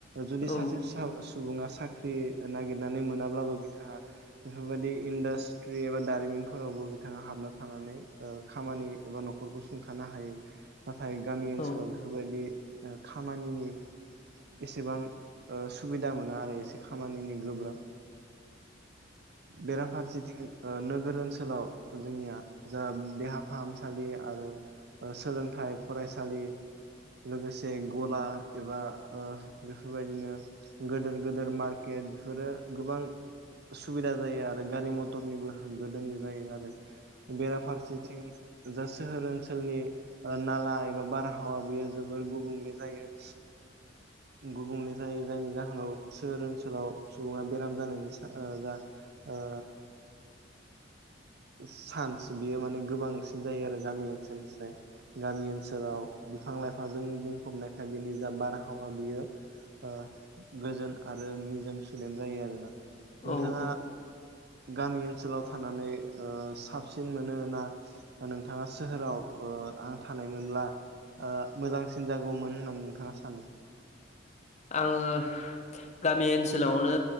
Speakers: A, on the right (about 60°); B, on the left (about 35°).
A: जुदि
B: औ
A: सासे सु सुबुङा साख्रि नागिरनानै मोनाब्लाबो बिथाङा बेफोरबायदि इडास्ट्रि एबा दारिमिन फोरावबो बिथाङा हाबना थानानै ओ खामानि एबा न'खरखौ सुंथानो हायो। हायो नाथाय गामि ओनसोलाव
B: औ
A: बेफोरबायदि खामानिनि एसेबां ओ सुबिदा मोना आरो एसे खामानिनि गोब्राब।
B: <inaudible>
A: बेराफारसेथिं ओ नोगोर ओनसोलाव जोंनिया जा देहा फाहामसालि आरो सोलोंथाइ फरायसालि लोगोसे गला एबा ओ बेफोरबायदिनो गेदोर गेदोर मार्केट बेफोरो गोबां सुबिदा जायो आरो गारि मथरनिबो होंगो दोंगो जायो आरो। बेराफारसेथिं जा सोहोर ओनसोलनि नाला एबा बारहावा बेयो जोबोर गुबुंले जायो। गुबुंले जायो जायनि जाहोनाव सोहोर ओनसोलाव सुबुङा बेराम जानायनि जा ओ।
B: <inaudible>
A: चान्स बेयो माने गोबांसिन जायो आरो गामि ओनसोलनिफ्राय गामि ओनसोलाव बिफां लाइफांजों बुंफबनायखाय बिनि जा बारहावा बियो ओ गोजोन आरो निजोम सुदेम जायो आरोना
B: औ
A: नोंथाङा
B: औ औ
A: गामि ओनसोलाव थानानै साबसिन ओ मोनो ना नोंथाङा सोहोराव ओ आं थानायमोनब्ला मोजांसिन जागौमोन होननानै नोंथाङा सानो
B: आङो गामि ओनसोलावनो